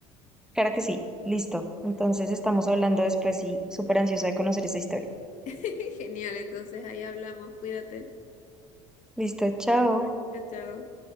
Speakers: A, in the centre; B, on the left.
A: Claro que sí. Listo. Entonces estamos hablando después y súper ansiosa de conocer esa historia.
B: <laughs> Genial, entonces ahí hablamos, cuídate.
A: Listo, chao.
B: Chao, chao.